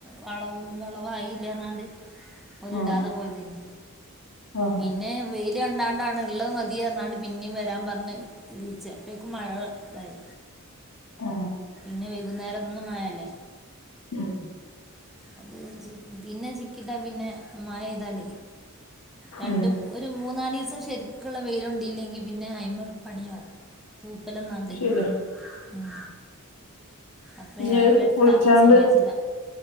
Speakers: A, in the centre; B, on the left.
A: വള വെളവായില്ലാന്നാണ്ട്, ഓല്
B: ആഹ്
A: ഇടാതെ പോയതിനി.
B: ആഹ്
A: പി ന്നെ വെയില് കണ്ടാണ്ടാണ് ഉള്ളത് മതി പറഞ്ഞാണ്ട് പിന്നേം വരാൻ പറഞ്ഞ് ഇടിച്ചേ. അപ്പേക്ക് മഴ തായി.
B: ആഹ്.
A: പിന്നെ വൈകുന്നേരം എന്നും മഴയലേ.
B: ഉം
A: അത് പിന്നെ ചിക്കിട്ടാ പിന്നെ മഴ പെയ്താലേ രണ്ടും,
B: ഉം
A: ഒരു മൂന്നാലിസം ശരിക്കുള്ള വെയിലുണ്ടെലിങ്കി പിന്നെ അയ്മ ഒരു പണിയാവും. പൂപ്പലന്നാണ്ട്.
B: ശരിയാ
A: ഉം അപ്പ
B: ഇനി
A: ഞാന്
B: അത്
A: വെട്ടാ
B: പൊളിച്ചാണ്ട്
A: അപ്പ സമ്മയിച്ചില്ല.